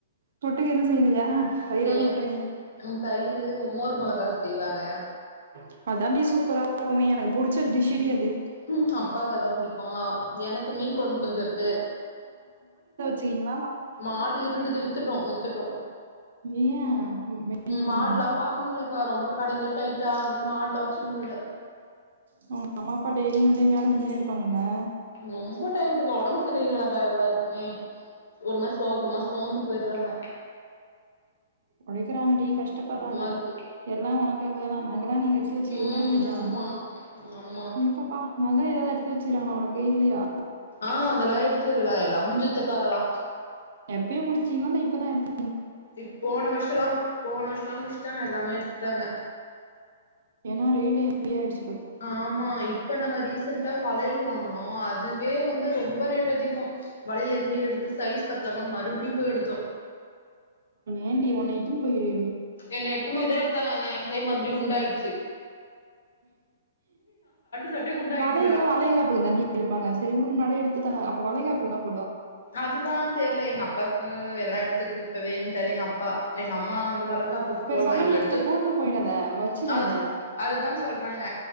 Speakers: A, on the right; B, on the left.
A: தொட்டுக்க எதுவு செய்யலையா தயிரோட
B: எனக்கு
A: விட்டுறீங்க
B: உ தயிர் கு மோர் மொளகா செய்வாங்க
A: இப்ப தாண்டி சூப்பரா இருக்குமே எனக்கு புடிச்ச டிஷ்டி அது
B: உ அப்பாகு அதா புடிக்கு எனக்கு மீன் கொழம்பு கொஞ்ச இருக்கு
A: தெர்மா
B: மாடு இருந்துது வித்துட்டோ வித்துட்டோ
A: ஏ மெயின்டென்
B: உ மாட்லா
A: பண்ண முடில
B: பாக்க முடியலக்கா ரொம்ப கடல டைட்டா அதனால மாடெல்லா வச்சுக்க முட்ல
A: உவங்க அம்மா அப்பா டெய்லி வீட்ல வேல செஞ்சுனே இருப்பாங்லா
B: ரொம்ப டைட்டுக்கா உடம்பு சரியங்களாக்கா எல்லாத்துக்குமே ஒரு மாரி சோகமா சோர்ந்து போயடுறாங்க
A: உழைக்கிறாங்கடி கஷ்டப்படுறாங்க
B: இருக்கு
A: எல்லா உனக்காகதா நகலா நீங்க எடுத்து வச்சிகிரீங்களா
B: ம்
A: ய இல்லையா
B: ஆமா ஆமா
A: நீப்பப்பா நக ஏதாவது எடுத் வச்சுறாங்களா உனக்கு இல்லையா
B: ஆஅதெல்லாய் க்கு எல்லா எல்லா முடுஞ்சித்து க்காதலா
A: எப்பயோ முடிச்சீங்களா இல்ல இப்பதா எடுத்து
B: இ போன வருஷம்லா போன வர்ஷ் ல்லா முடுஷ்டாங்க எல்லாமே எடுத்துட்டாங்க
A: ஏன்னா ரேட் இப்ப ஏறிடுச்சு
B: ஆமா இப்ப நாங்க ரீசெண்ட்டா வளையல் வாங் போனோ அதுவே வந்து ரொம்ப ரேட் இப் அதிகோ வளையல் ஏற்கனே எடுத் இது சைஸ் பத்தாம மறுபடியு போய் எடுத்தோ
A: ஏண்டி ஒன்ன இப்டி போயிரு
B: என்ன எட்டு போய்தா இருக் எத்தாங்கா எ கை மறுபடி குண்டாய்டுச்சு சாப்ட்டே குண்டாகிடுவே
A: வலையல்லா வளைகாப்புக்கு தண்டி எடுப்பாங்க சரி உடு முன்னாடிய எடுத்துட்டு அப்ப வளைகாப்புக்கு என்னப்
B: அதுதா தெர்ல எங்க அப்பாக்கு இப்பு எல்லா இடத்துக்கு இப்ப வட்டாரு எங்க அப்பா எங்க அம்மா வந்து வளர் வளகாப்புக்கு
A: பேசாம
B: போடலா இப்ப
A: நீ
B: எடுத்து
A: அதை போட்டுன்னு போயிடாத. வச்சிடாத.
B: அது அதுதா சொல்றேங்க